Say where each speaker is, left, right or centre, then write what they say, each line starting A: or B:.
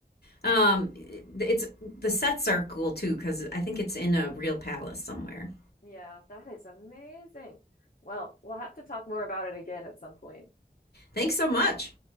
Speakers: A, on the left; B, on the left.
A: Um, it's the sets are cool too because I think it's in a real palace somewhere.
B: Yeah, that is amazing. Well, we'll have to talk more about it again at some point.
A: Thanks so much.